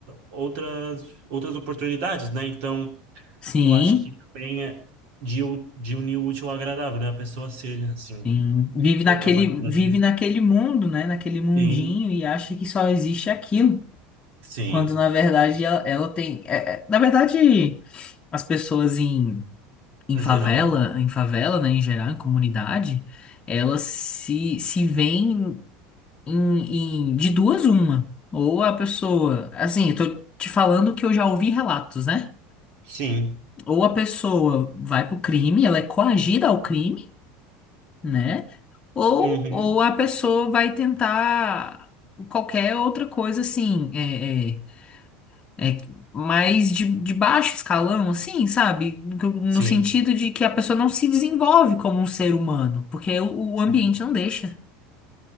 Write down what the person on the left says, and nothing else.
Sim,
sim. Vive
naquele,
vive naquele mundo, né? Naquele mundinho
e acha que só existe aquilo.
Quando na verdade ela, ela tem. é- é- na verdade, as pessoas em em
favela,
em favela, né, em geral, em comunidade, elas se, se veem em, em- de duas uma. Ou a pessoa, assim, eu tô te falando que eu já ouvi relatos, né?
Ou a pessoa vai pro crime, ela é coagida ao crime, né? Ou,
ou a pessoa vai tentar qualquer outra coisa, assim, é, é, é, mais de, de baixo escalão, assim, sabe? No, no
sentido de que a pessoa não se desenvolve como um ser humano, porque o,
o ambiente não deixa,